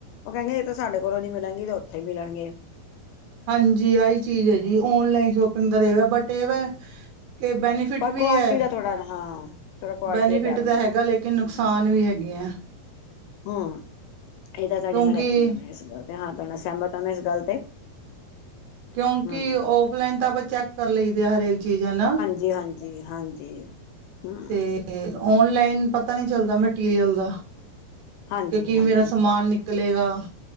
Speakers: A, on the left; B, on the right.
A: ਓ ਕੈਣਗੇ ਏ ਤੇ ਸਾਡੇ ਕੋਲੋਂ ਨੀ ਮਿਲਣਗੇ ਏ ਤੇ ਓਥੋਂ ਈ ਮਿਲਣਗੇ।
B: ਹਾਂਜੀ, ਆਹੀ ਚੀਜ਼ ਐ ਜੀ। ਓਨਲਾਈਨ ਸ਼ੋਪਿੰਗ ਦਾ ਰੇਗਾ ਬਟ, ਏ ਵੇ ਕਿ ਬੈਨੀ ਫਿਟ
A: ਪਰ
B: ਵੀ
A: ਕੁਆਲਿਟੀ
B: ਐ।
A: ਦਾ ਥੋੜਾ ਹਾਂ ਥੋੜਾ ਕੁਆਲਿਟੀ
B: ਬੈਨੀਫਿਟ
A: ਦਾ ਡਰ ਹੁੰਦਾ
B: ਤਾਂ ਹੈਗਾ, ਲੇਕਿਨ ਨੁਕਸਾਨ ਵੀ ਹੈਗੇ ਐ।
A: ਹਂ। ਏ ਤਾਂ
B: ਕਿਉਂਕਿ
A: ਤੁਹਾਡੇ ਨਾਲ ਐਗਰੀ ਆਂਮੈਂ ਇਸ ਗੱਲ ਤੇ। ਹਾਂ ਤੁਹਾਡੇ ਨਾਲ ਸੈਮਤ ਆਂ ਮੈਂ ਇਸ ਗੱਲ ਤੇ।
B: ਕਿਉਂਕਿ
A: ਹਮ
B: ਔਫਲਾਈਨ ਤਾਂ ਆਪਾਂ ਚੈਕ ਕਰ ਲਈਦੇ ਆ ਹਰੇਕ ਚੀਜ਼ ਹੈਨਾ।
A: ਜੀ ਹਾਂਜੀ ਹਾਂਜੀ। ਹੁੰ।
B: ਤੇ ਓਨਲਾਈਨ ਪਤਾ ਨੀ ਚੱਲਦਾ ਮਟੀਰੀਅਲ ਦਾ।
A: ਹਾਂਜੀ
B: ਕਿ ਕੀ
A: ਹਾਂਜੀ
B: ਮੇਰਾ ਸਮਾਨ ਨਿਕਲੇਗਾ?